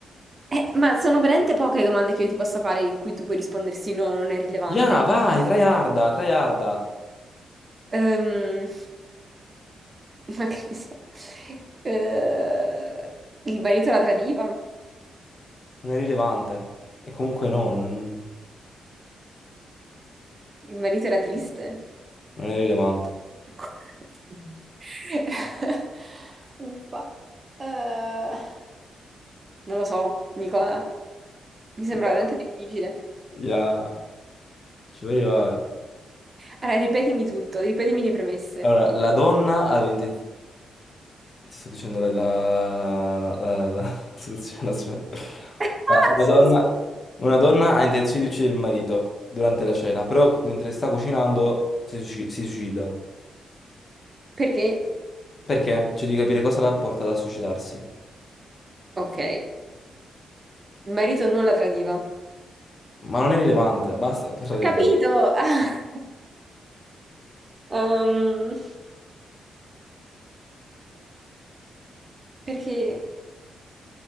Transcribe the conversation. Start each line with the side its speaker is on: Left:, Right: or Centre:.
Right: Eh, ma sono veramente poche le domande che io ti possa fare in cui tu puoi rispondere sì, no, non è rilevante.
Left: Gna, vai, tryharda, tryharda.
Right: Ehm, <laughs> ma che ne so. Eh, il marito la tradiva?
Left: Non è rilevante. E comunque no, non,
Right: Il marito era triste?
Left: non è rilevante.
Right: <laughs> Uffa. Eh, Non lo so, Nicola. Mi sembra
Left: Già.
Right: veramente difficile.
Left: Gna, ci puoi arrivare.
Right: Allora, ripetimi tutto, ripetimi le premesse.
Left: Allora, la donna ha 20 Ti sto dicendo la, la- la- la- la- la <laughs> soluzione, aspetta.
Right: <laughs>
Left: Ah,
Right: Ah,
Left: Una
Right: sì,
Left: donna,
Right: sì.
Left: una donna ha intenzione di uccidere il marito durante la cena, però mentre sta cucinando si, suici- si suicida.
Right: Perché,
Left: Perché? Cioè, di capire cosa l'ha portata a suicidarsi.
Right: ok, il marito non la tradiva. Ho
Left: Ma non è rilevante, basta <laughs> parlare
Right: Capito?
Left: di ba-
Right: <laughs> Ah. Ehm, perché,